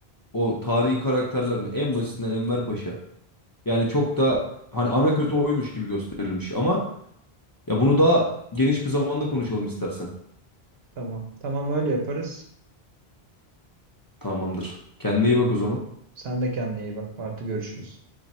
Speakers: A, on the left; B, on the right.
A: o tarihi karakterler mi? En basitinden Enver Paşa. Yani çok da hani ana kötü oymuş gibi gösterilmiş ama ya bunu daha geniş bir zamanda konuşalım istersen.
B: Tamam. Tamam öyle yaparız.
A: Tamamdır. Kendine iyi bak o zaman.
B: Sen de kendine iyi bak. Parti görüşürüz.